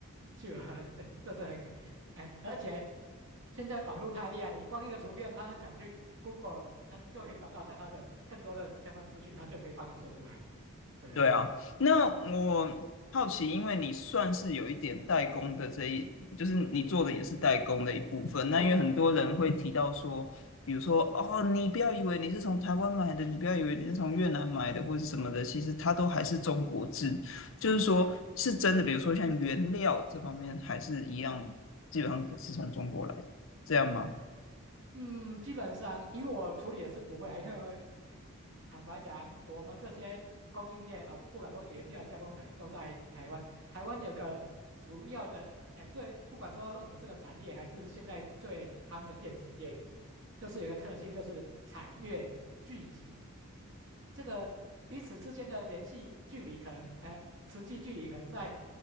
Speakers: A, on the right; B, on the left.
A: 是啊，这这是很可，哎，而且现在网络太厉害，你光一个图片，它可能去 Google，它就可以找到它的更多的相关资讯，它就可以帮你做出来，对不对嗯
B: 对啊，那我好奇，
A: 嗯，
B: 因为你算是有一点代工的这一，就是你做的也是代工的一部分。那因为很多人会提到说，
A: 对，
B: 比如说哦，你不要以为你是从台湾买的，你不要以为你是从越南买的或者什么的，其实它都还是中国制。就是说，是真的，比如说像原料这方面，还是一样，基本上是从中国来的，这样吗？
A: 嗯，基本上以我处理的是不会啊，因为。坦白讲，我们这些供应链啊，不管说原料加工厂都在台湾，台湾有个主要的，哎，最不管说我们这个产业还是现在最夯的电子业，就是有个特性，就是产业聚集，这个彼此之间的联系距离可能，哎，实际距离可能在